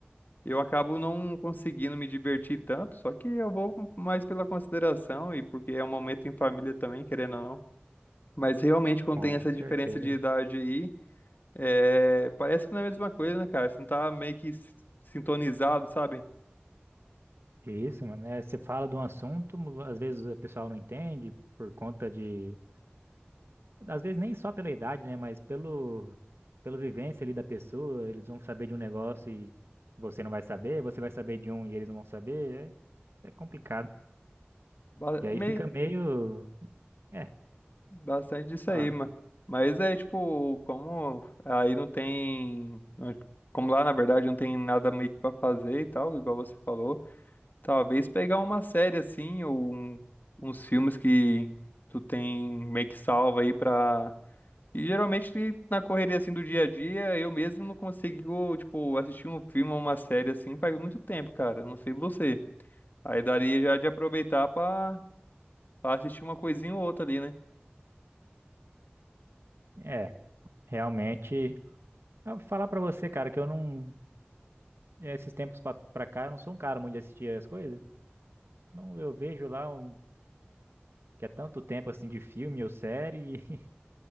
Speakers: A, on the left (about 50°); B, on the right (about 80°).
A: eu acabo não conseguindo me divertir tanto, só que eu vou mais pela consideração e porque é um momento em família também, querendo ou não. Mas realmente quando
B: com
A: tem essa
B: certeza.
A: diferença de idade aí, é, parece que não é a mesma coisa, né, cara? Você não tá meio que s- sintonizado, sabe?
B: Isso, mano. É, você fala de um assunto, mu- às vezes o pessoal não entende por conta de. Às vezes nem só pela idade, né? Mas pelo, pela vivência ali da pessoa. Eles vão saber de um negócio e você não vai saber, você vai saber de um e eles não vão saber. É, é complicado.
A: Ba-
B: E aí
A: mei-
B: fica meio. É,
A: Bastante disso
B: fala-
A: aí, mano. Mas é tipo, como aí não tem. Como lá na verdade não tem nada meio que pra fazer e tal, igual você falou. Talvez pegar uma série assim, ou um- uns filmes que tu tem meio que salva aí pra. E geralmente na correria assim do dia a dia, eu mesmo não consigo, tipo, assistir um filme ou uma série assim faz muito tempo, cara. Não sei você. Aí daria já de aproveitar pra, pra assistir uma coisinha ou outra ali, né?
B: é, realmente. Eu vou falar pra você, cara, que eu não. Esses tempos pra, pra cá, eu não sou um cara muito de assistir as coisas. Não, eu vejo lá um, que é tanto tempo assim de filme ou série. <laughs>